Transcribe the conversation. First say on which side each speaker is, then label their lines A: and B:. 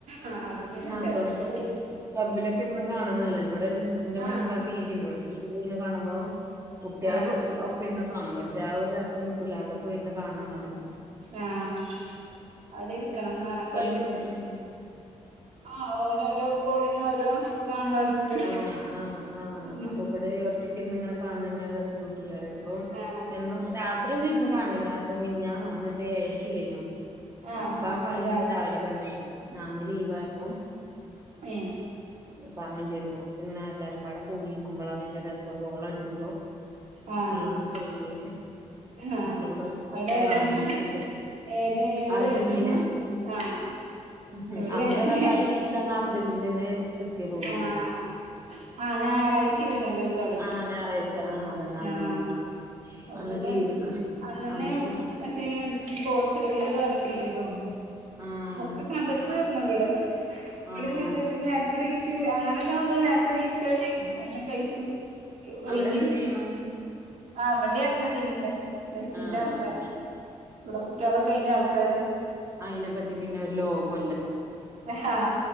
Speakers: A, on the right (about 75°); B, on the right (about 25°).
A: ആഹ് അപ്പൊ പിന്നെ
B: ആഹ്
A: ചെലപ്പോ
B: ക്ലബ്ബ്
A: പോവും
B: ക്ലബ്ബിലൊക്കെ ഇരിന്ന് കാണാൻ നല്ല ഇവിടെ എന്റെ
A: ആഹ്
B: മാപ്പിള ടി വി ഉണ്ട് ഇവിടെ ടി വി ഇരിന്ന് കാണുമ്പോ കുട്ടികള്
A: ആഹ്
B: ഒ പിണ്ണും കാണും പക്ഷെ ആ ഒരു രസം കിട്ടൂല അവിടെ പോയിരിന്ന് കാണണം എന്ന് പറയും
A: ആഹ് അവിടെ ഇരിക്കണം ആ കൊ
B: ഉമ് ഉമ്
A: ആഹ് ഓരോ ഓരോ ഗോളിന് ഓരോ ഇതണല്ലോ ഒൽക്ക്
B: ആഹ് ആഹ് ആഹ്
A: മ്
B: അപ്പൊ ഇവിടെ ഒറ്റക്ക് ഇരിന്ന് ഇങ്ങനെ കാണന്നെ രസം കിട്ടുല്ല പ്പോ
A: ആഹ്
B: എന്നും രാത്രി ഒന്നും ഇരുന്ന് കാണില്ല അപ്പൊ മിഞ്ഞാന്നോ ഇന്നോ <unintelligible>
A: ആഹ്
B: അപ്പാ
A: ആഹ്
B: ആ കളി രാവിലെ കണ്ട് ആഹ് ഇന്ന് ലീവയപ്പോ
A: ഏഹ്
B: പറഞ്ഞ് ചെയ്തു ഇതിങ്ങനെ എല്ലാരും പാടെ കൂടിയിരിക്കുമ്പോൾ അതിന്റെ രസ ഗോള് അടിച്ചുമ്പോ
A: ആഹ്
B: അതിന്റെ സ്റ്റൈല്
A: ആഹ്
B: അപ്പൊ ഇവിടെ ഒറ്റക്ക്
A: അവിടെ
B: ഇരുന്ന്
A: ഏതാണ്
B: കാണാനൊരു ഇതില്ല
A: ഏത് ഏത്
B: അർജന്റീന
A: ടീമ ആഹ്
B: ഉം
A: ഇവിടിം
B: അന്നേഏതായാലും
A: അതെന്നെ
B: ആ ലീവിൽ അർജന്റീനന്നെ കിട്ടിയ തോന്നണ്
A: ആഹ് ആഹ് ഞായറാഴ്ചേര്ന്നല്ലോ ഒരു കളി
B: ആഹ് ഞായറാഴ്ച്ച ആഹ് താന്നതാന്നെ
A: ആഹ് അപ്പൊ
B: അന്ന്
A: പിന്നെ
B: ലീവ്
A: അന്നെന്നെ
B: അന്നിട്ട് ഞാൻ
A: മറ്റേ പോർച്ചുഗലിന്റെ കളി ഇണ്ടിന്ന് തോന്നുന്നു
B: ആഹ്
A: ഒക്കെ കണ്ടക്ക് ണ്ണ് പറഞ്ഞു ഇവിടെ അവിടെന്ന്
B: ആഹ്
A: നല്ല നേർ നേർത്തെഈച്ച് അങ്ങനെയൊക്കെ ആവുമ്പോൾ നേരത്തെ ഇണിച്ച്ല്ലേ എല്ലാം കഴിച്ച് ഓഴിഞ്ഞി
B: അവിടെ ഏതാ ടീമ്
A: ആ ഇവിടെ അർജന്റീനന്നെ മെസ്സിന്റെ
B: ആഹ്
A: ആൾക്കാര
B: ആഹ്
A: ഇവിടെ കുട്ടികളൊക്കെ അയിന്റെ ആൾക്കാര
B: അയിനെപ്പറ്റി പിന്നെ ഒരു ലോകം ഇല്ല
A: ഹഹ്